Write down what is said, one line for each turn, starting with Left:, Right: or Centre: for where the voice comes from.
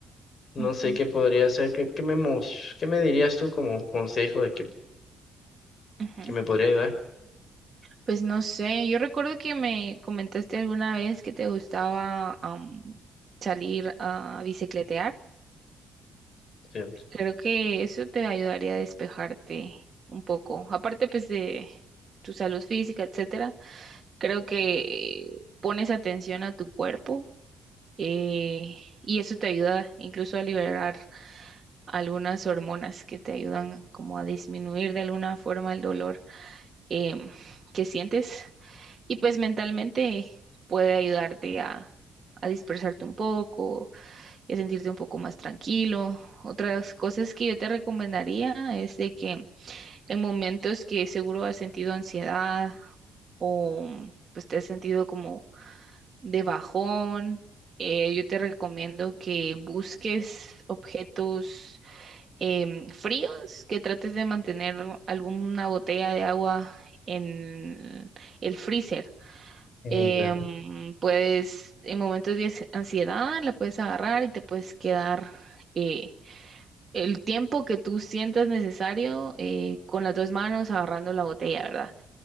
Left: No
Right: ujú,
Left: sé qué podría hacer, qué, qué me, mos- qué me dirías tú como consejo de que,
Right: ujú.
Left: que me podría ayudar.
Right: Pues no sé, yo recuerdo que me comentaste alguna vez que te gustaba am, salir a bicicletear.
Left: Cierto.
Right: Creo que eso te ayudaría a despejarte un poco. Aparte pues de tu salud física, etcétera, creo que eh, pones atención a tu cuerpo eh, y eso te ayuda incluso a liberar algunas hormonas que te ayudan como a disminuir de alguna forma el dolor em, que sientes y pues mentalmente puede ayudarte a, a dispersarte un poco y a sentirte un poco más tranquilo. Otras cosas que yo te recomendaría es de que en momentos que seguro has sentido ansiedad o pues te has sentido como de bajón, eh, yo te recomiendo que busques objetos em, fríos, que trates de mantener alguna botella de agua en el freezer.
Left: Mm,
Right: Em,
Left: Ya,
Right: puedes, en momentos de ansi- ansiedad, la puedes agarrar y te puedes quedar eh, el tiempo que tú sientas necesario eh, con las dos manos agarrando la botella, ¿verdad?